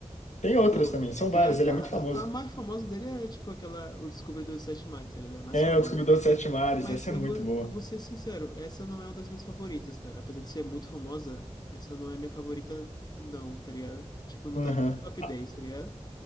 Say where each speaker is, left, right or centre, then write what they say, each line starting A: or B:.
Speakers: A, on the left; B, on the left.
A: Tem outras
B: Pô,
A: também, são
B: tem
A: várias,
B: aquela.
A: ele é muito famoso.
B: A a mais famosa dele é tipo aquela. O Descobridor dos Sete Mares, tá ligado? É a mais
A: É,
B: famosa.
A: O Descobridor dos Sete Mares,
B: Mas
A: essa
B: eu
A: é muito
B: vou,
A: boa.
B: eu vou ser sincero, essa não é uma das minhas favoritas, cara. Apesar de ser muito famosa, essa não é minha favorita, não, tá ligado? Tipo, não
A: Aham.
B: tá nem no top
A: Ah,
B: dez tá ligado?